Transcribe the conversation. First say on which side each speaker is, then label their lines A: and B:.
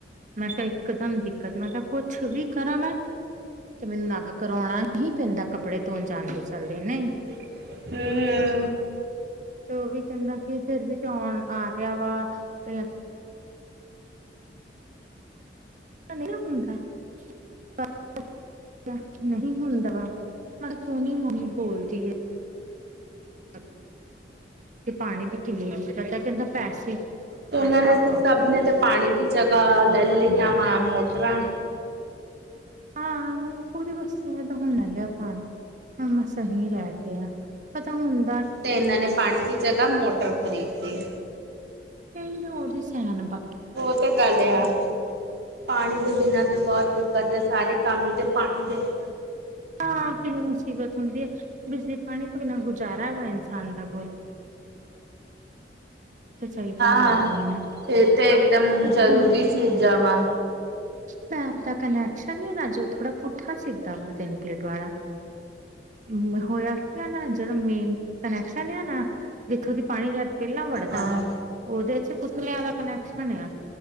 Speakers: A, on the right; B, on the right.
A: ਮੈਂ ਕਿਹਾ ਇੱਕ ਦਮ ਦਿਕੱਤ। ਮੈਂ ਕਿਹਾ ਕੁੱਛ ਵੀ ਕਰਾਂ ਮੈਂ ਤੇ ਮੈਨੂੰ ਨਾਗਾ ਕਰਵੋਣਾ ਹੀ ਪੈਂਦੈ ਕੱਪੜੇ ਧੋਣ ਜਾਣਦੇ ਚੱਲਦੀ ਨਈ।
B: <inaudible>
A: ਤੇ ਓਹ ਵੀ ਚੰਗਾ ਕਿ ਫੇਰ ਵੀ ਤੇ ਔਣ ਆ ਗਿਆ ਵਾ। ਪਹਿਲਾਂ ਨਹੀਂ ਹੁੰਦਾ <unintelligible> ਨਹੀਂ ਹੁੰਦਾ ਵਾ। ਮਾੜਾ ਚੁੰਨੀ-ਮੁੰਨੀ ਬੋਲਦੀ ਏ। <unintelligible> ਤੇ ਪਾਣੀ ਦੀ ਕਿੰਨੀ ਦਿੱਕਤ ਐ, ਕਹਿੰਦਾ ਪੈਸੇ
B: ਤੇ ਉਹਨਾਂ
A: ਪੈਸੇ
B: ਨੇ
A: ਖਾਓਗੇ
B: ਤੇ ਸਭ ਨੇ ਤੇ ਪਾਣੀ ਦੀ ਜਗ੍ਹਾ ਲ ਲਈਆਂ ਵਾ ਮੋਟਰਾਂ
A: ਹਾਂ-ਹਾਂ ਪੂਰੀ ਬਸਤੀ ਨੇ ਤਾਂ ਹੁਨ ਲੈ ਲਿਆ ਪਾਣੀ ਹਾਂ, ਬਸ ਅਹੀ ਰਹਿ ਗੇਆਂ, ਪਤਾ ਨੀ ਹੁਨ
B: ਤੇ ਐਹਨਾਂ ਨੇ ਪਾਣੀ ਦੀ ਜਗ੍ਹਾ ਮੋਟਰ ਖਰੀਦੀ ਏ।
A: ਨਹੀਂ ਨੋ ਉਹਦੇ ਸਣ ਬਾਕੀ
B: ਉਹ ਤੇ ਗੱਲ ਆ। ਪਾਣੀ ਦੇ ਬਿਨਾਂ ਤੇ ਬਹੁਤ ਦਿੱਕਤ ਆ ਸਾਰੇ ਕੰਮ ਹੀ ਤੇ ਪਾਣੀ ਦੇ ਆ।
A: ਆ ਫਿਰ ਮੁਸੀਬਤ ਹੁੰਦੀ ਆ। ਬਿਜਲੀ ਪਾਣੀ ਤੋਂ ਬਿਨਾਂ ਗੁਜ਼ਾਰਾ ਵਾ ਇਨਸਾਨ ਦਾ ਬੋਲ ਤੇ ਚਾਹੀਦਾ
B: ਹਾਂ
A: ਹੀ ਆਦਮੀ ਨੂੰ
B: ਇਹ ਤੇ ਇੱਕਦਮ
A: ਬੱਸ
B: ਜ਼ਰੂਰੀ
A: ਏਨਾ
B: ਚੀਜ਼ਾਂ ਵਾ।
A: ਪੈਪ ਦਾ ਕਨੈਕਸ਼ਨ ਨੀ ਜੌ ਥੋੜਾ ਪੁਠਾ ਸਿੱਧਾ ਵਾ ਤਿੰਨ ਪਲੇਟ ਵਾਲਾ ਹਮ ਹੋਇਆ ਕੀ ਆ ਨਾ ਜਿਹੜਾ ਮੇਨ ਕਨੈਕਸ਼ਨ ਹੈ ਨਾ। ਜਿੱਥੋਂ ਦੀ ਪਾਣੀ ਜਦ ਪਹਿਲਾਂ ਵੜਦਾ
B: ਹਾਂ
A: ਵਾ ਉਹਦੇ 'ਚ ਉਤਲਿਆਂ ਦਾ ਕਨੈਕਸ਼ਨ ਆ।